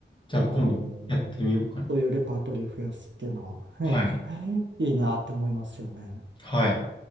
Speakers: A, on the left (about 25°); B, on the right (about 80°).
A: じゃあ今度やってみようかな。
B: え、あの、そういうレパートリーを増やすっていうのは
A: はい。
B: <laughs> いいなって思いますよね。
A: はい。